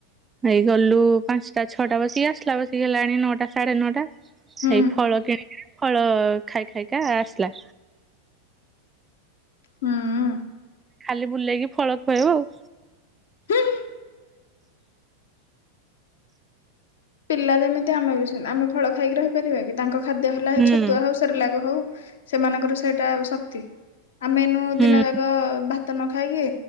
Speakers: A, on the right (about 15°); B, on the left (about 60°).
A: ନେଇଗଲୁ ପାଞ୍ଚଟା ଛଅଟା ବସିକି ଆସଲା ବସିକି ହେଲାଣି ନଅଟା ସାଢେ ନଅଟା ସେଇ
B: ହୁଁ
A: ଫଳ କିଣିକିରି ଫଳ ଖାଇ ଖାଇକା ଆସିଲା।
B: ହୁଁଉଁ।
A: ଖାଲି ବୁଲେଇକି ଫଳ ଖୁଆଇବ ଆଉ।
B: ହୁଁ। ପିଲା ଯେମିତି ଆମେ ବି ସେମ୍ ଆମେ ଫଳ ଖାଇକି ରହିପାରିବା କି ତାଙ୍କ ଖାଦ୍ୟ ହେଲା ହେଇ
A: ହୁଁ
B: ଛତୁଆ ହୋଉ ସେର୍ଲାକ ହୋଉ ସେମାନଙ୍କର ସେଇଟା ଶକ୍ତି ଆମେ ନୁ
A: ହୁଁ
B: ଦିନ ଯାକ ଭାତ୍ ତ ନ ଖାଇକି